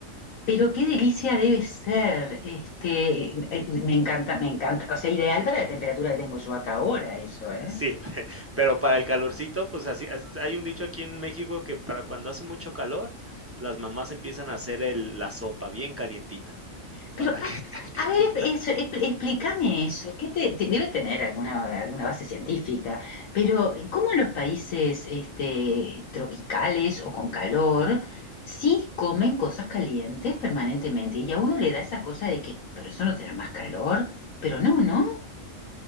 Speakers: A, on the left; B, on the right.
A: pero qué delicia debe ser. Este, eh, me encanta, me encanta. O sea, ideal para la temperatura que tengo yo acá ahora, eso, ¿eh?
B: Sí, <laughs> pero para el calorcito, pues así, as- hay un dicho aquí en México que para cuando hace mucho calor, las mamás empiezan a hacer el- la sopa bien calientita
A: Pero,
B: para
A: a,
B: que te <laughs> aclimates.
A: a ver, eso, expl- explícame eso. ¿Qué te, te- debe tener alguna, alguna base científica, pero ¿cómo en los países este, tropicales o con calor sí comen cosas calientes permanentemente? Y a uno le da esa cosa de que, pero eso no te da más calor, pero no, ¿no?